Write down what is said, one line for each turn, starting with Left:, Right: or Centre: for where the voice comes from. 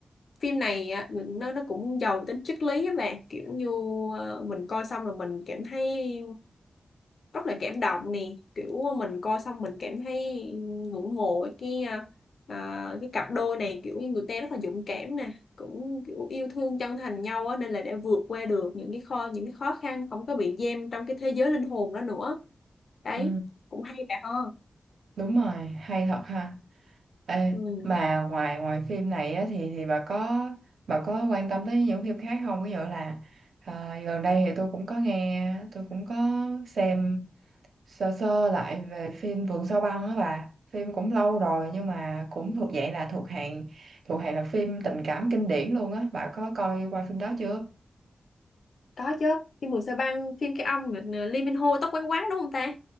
Left: phim này á, nó nó cũng giàu tính triết lý các bạn kiểu như ờ, mình coi xong rồi mình cảm thấy rất là cảm động nè kiểu ờ, mình coi xong mình cảm thấy ngưỡng mộ cái à, à, cái cặp đôi này kiểu như người ta rất là dũng cảm nè cũng kiểu yêu thương chân thành nhau á nên là đã vượt qua được những cái kho những cái khó khăn không có bị giam trong cái thế giới linh hồn đó nữa đấy
Right: ừ
Left: cũng hay bà ho
Right: đúng rồi hay thật ha Ê,
Left: ừ.
Right: mà ngoài ngoài phim này á, thì thì bà có bà có quan tâm tới những phim khác không ví dụ là à, gần đây thì tôi cũng có nghe tôi cũng có xem sơ sơ lại về phim Vườn Sao Băng á bà phim cũng lâu rồi nhưng mà cũng thuộc dạng là thuộc hàng thuộc hàng là phim tình cảm kinh điển luôn á bà có coi qua phim đó chưa
Left: có chứ phim Mùa Sa Băng phim cái ông là Lee Min Ho tóc quăn quắn đúng không ta